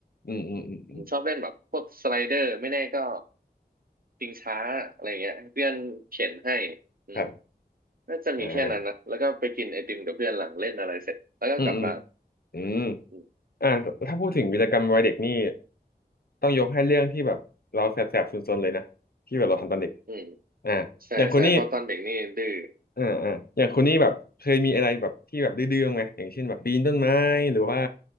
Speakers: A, on the left (about 65°); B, on the right (about 60°).
A: อืมอืมอืมอืม
B: ผมชอบเล่นแบบพวกสไลเดอร์ไม่แน่ก็ชิงช้าอะไรเงี้ยให้เพื่อนเข็นให้อืม
A: ครับ
B: น่าจะมีแค่นั้นนะแล้วก็ไปกินไอติมกับเพื่อนหลังเล่นอะไรเสร็จแล้วก็กลับบ้าน
A: อ่าอืมอืมอืม
B: อืม
A: อ่าถ้าพูดถึงวีรกรรมวัยเด็กนี่ต้องยกให้เรื่องที่แบบเราแสบแสบซนๆเลยนะที่แบบเราทำตอนเด็ก
B: อืม
A: อ่าอย่างคุณนี่
B: ใช่ใช่เพราะตอนเด็กนี่ดื้อ
A: อ่าอ่าอย่างคุณนี่แบบเคยมีอะไรแบบที่แบบดื้อๆบ้างไหมอย่างเช่นแบบปีนต้นไม้หรือว่า